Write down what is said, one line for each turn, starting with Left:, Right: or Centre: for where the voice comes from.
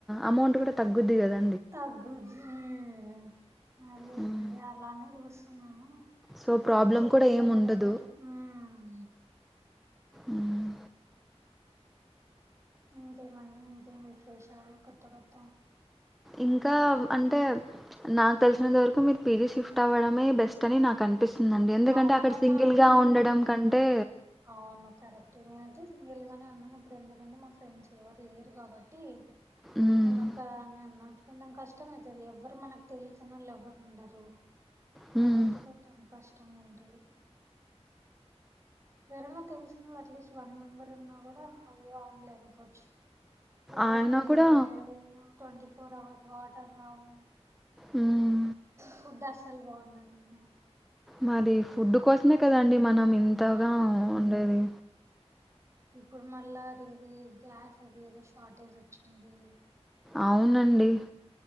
Centre: అమౌంట్ కూడా తగ్గుద్ది కదా.
Right: తగ్గుద్ది మ్మ్ అదే
Centre: హ్మ్.
Right: అన్నది అలానే చూస్తున్నాను.
Centre: సో, ప్రాబ్లమ్
Right: చెయ్యాల
Centre: కూడా ఏముండదు.
Right: ఏదొక్కటి ఉమ్
Centre: మ్
Right: ఇంకా ఎమ్ అండి ఇంకా ఎమ్ విశేషాలు కొత్త కొత్తా
Centre: ఇంకా అంటే నాకు తెలిసినంత వరకు మీరు పీజీ షిఫ్ట్ అవ్వడమే బెస్ట్ అని నాకు అని నిపిస్తుందండి ఎందుకంటే
Right: అవును
Centre: అక్కడ సింగిల్
Right: ఆ
Centre: గా ఉండడం కంటే
Right: అవును కరెక్ట్ నేనైతే సింగిల్ గానే ఉన్నాను. ఇప్పుడు ఎందుకంటే మా ఫ్రెండ్స్ ఎవరు లేరు కాబట్టి.
Centre: హ్మ్.
Right: నేను ఒక్కదాన్ని ఉన్నా కొంచం కష్టమ అయితది. ఎవ్వరు మనకు తెలిసిన వాళ్ళు ఎవరు ఉండరు.
Centre: హ్మ్.
Right: కాబట్టి కొంచెం కష్టంగా ఉంటది. వేరోలా తెలిసిన అట్లీస్ట్ వన్ మెంబర్ ఉన్నా కూడా అయో ఆన్లైన్ కోచ్ ఎవరు
Centre: ఆయన
Right: లేరు
Centre: కూడా
Right: ట్వంటీ ఫోర్ అవర్స్ వాటర్ రావు.
Centre: ఉమ్
Right: ఫుడ్ అసలు బావుండదుమొ
Centre: మరి ఫుడ్ కోసమే కదండి మనం ఇంతగా
Right: ఆ
Centre: ఉండేది.
Right: ఇప్పుడు మళ్ళా అది ఏది గ్యాస్ అది ఏదో షార్టేజ్ వచ్చింది.
Centre: అవునండి